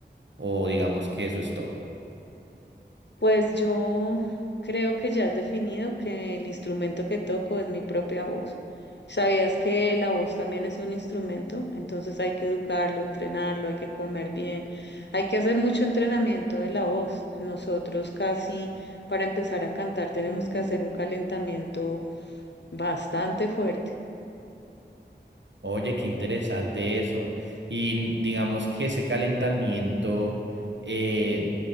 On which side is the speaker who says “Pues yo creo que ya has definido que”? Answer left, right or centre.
Left